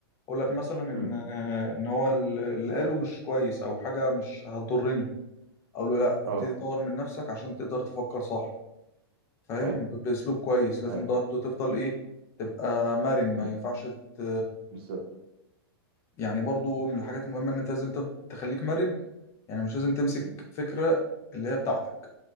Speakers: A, on the left (about 20°); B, on the right (about 70°).
A: اقول لك مثلا ان
B: امم
A: آه، ان هو ال- اللي قاله مش كويس او حاجه مش هتضرني اقول له لا
B: اه
A: ابتدي طور من نفسك عشان تقدر تفكر صح فاهم
B: ايوه
A: باسلوب كويس لازم
B: ايوه
A: برضه تفضل ايه تبقى مرن ما
B: امم
A: ينفعش ت-
B: بالظبط
A: يعني برضه من الحاجات المهمه ان انت لازم تف- تخليك مرن يعني مش لازم تمسك
B: امم
A: فكره اللي هي بتاعتك